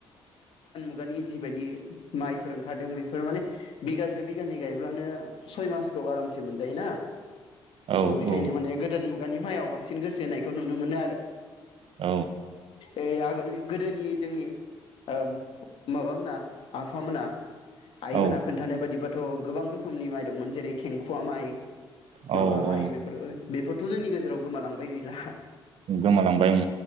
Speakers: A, on the left; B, on the right.
A: खुगानि जिबायदि माइफोर ओंखारदों बेफोर माने बिघासे बिगानै गायब्लानो सय मासखौ आरामसे मोनजायो ना-
B: औ
A: स' बेखायनो
B: औ
A: माने गोदान मु गानि मायाव बांसिन गोसो होनायखौ नुनो मोनो आरो।
B: औ
A: ए आगोलनि गोदोनि जोंनि ओम माबामोना आफामोना आइमोना
B: औ
A: खोनथानाय बायदिबा थ' गोबां रोखोमनि माइ दंमोन जेरै खेंखुवा माइ
B: औ
A: माबा माइ
B: औ
A: बेफोरो बेफोरथ' जोंनि गेजेराव गोमालांबाय गैला
B: गोमालांबाय उम